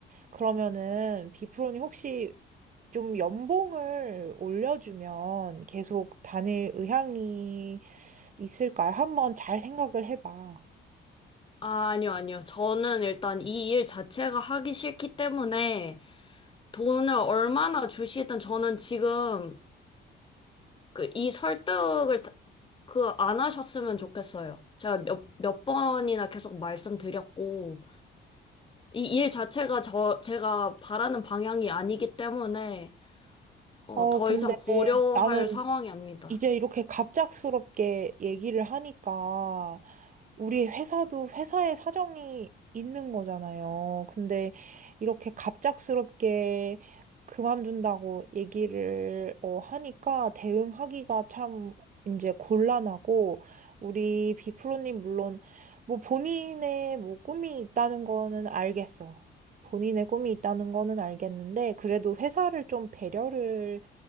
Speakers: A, on the right; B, on the left.
A: 그러면은 비프로님 혹시 좀 연봉을 올려주면 계속 다닐 의향이 있을까요? 한번 잘 생각을 해봐.
B: 아, 아니요, 아니요. 저는 일단 이 일 자체가 하기 싫기 때문에 돈을 얼마나 주시든 저는 지금 그 이 설득을 그 안 하셨으면 좋겠어요. 제가 몇, 몇 번이나 계속 말씀드렸고 이 일 자체가 저 제가 바라는 방향이 아니기 때문에 어,
A: 어,
B: 더
A: 근데
B: 이상 고려할
A: 나는
B: 상황이 아닙니다.
A: 이제 이렇게 갑작스럽게 얘기를 하니까 우리 회사도 회사의 사정이 있는 거잖아요. 근데 이렇게 갑작스럽게 그만둔다고 얘기를 어, 하니까 대응하기가 참 이제 곤란하고 우리 비프로님 물론 뭐 본인의 뭐 꿈이 있다는 거는 알겠어. 본인의 꿈이 있다는 거는 알겠는데 그래도 회사를 좀 배려를